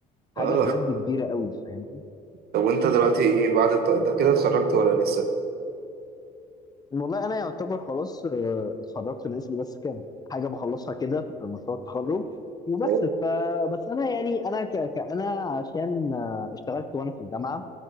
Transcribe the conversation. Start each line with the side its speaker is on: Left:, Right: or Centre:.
Left: حاجة
Right: اه
Left: بجد كبيرة قوي فاهمني
Right: طب وانت دلوقتي ايه بعد الط... انت كده اتخرجت ولا لسه؟
Left: والله انا يعتبر خلاص آه، اتخرجت ناقص لي بس كام حاجه بخلصها كده في مشروع التخرج وبس
Right: طيب.
Left: ف بس انا يعني انا ك... ك... انا عشان آه، اشتغلت وانا في الجامعه